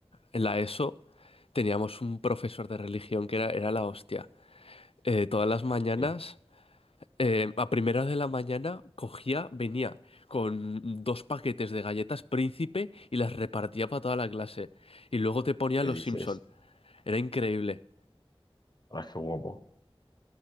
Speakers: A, on the left; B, on the left.
A: en la ESO teníamos un profesor de religión que era, era la hostia. Eh, todas las mañanas,
B: que
A: eh, a primera de la mañana, cogía, venía con dos paquetes de galletas Príncipe y las repartía para toda la clase. Y luego te ponía
B: que
A: Los
B: dices,
A: Simpson. Era increíble.
B: ah, qué guapo,